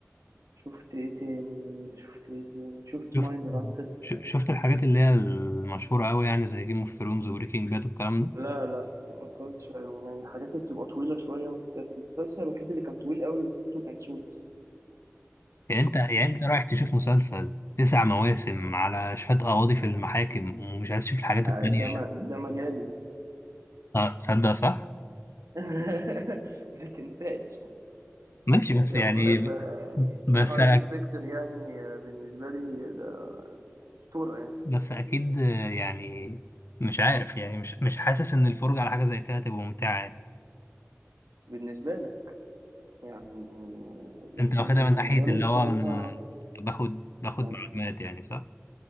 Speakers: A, on the right; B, on the left.
A: شفت ايه تاني شفت ايه تاني شفت
B: شفت
A: مايند هانتر
B: ش- شفت الحاجات اللي هي المشهورة أوي يعني زي جيم اوف ثرونز وبريكنج باد والكلام ده؟
A: لا لا ما اتفرجتش عليهم يعني الحاجات اللي بتبقى طويلة شوية ما شفتهاش المسلسل الوحيد اللي كان طويل قوي وشفته كان سوتس
B: يعني انت يعني انت رايح تشوف مسلسل تسع مواسم على شوية قواضي في المحاكم ومش عايز تشوف الحاجات
A: آه،
B: التانية
A: ده ما ده مجالي
B: اه تصدق صح؟
A: <laughs> ما تنساش
B: ماشي بس
A: كان
B: يعني
A: ف-
B: بس
A: هارفي سبيكتر يعني آه، بالنسبة لي ده أسطورة يعني
B: بس اكيد يعني مش عارف يعني مش مش حاسس ان الفرجة على حاجة زي كده تبقى ممتعة يعني.
A: بالنسبة لك يعني آه، لكن
B: انت واخدها
A: بالنسبة
B: من ناحية
A: لي
B: اللي
A: الصراحة
B: هو انا باخد باخد
A: مو-
B: معلومات يعني صح؟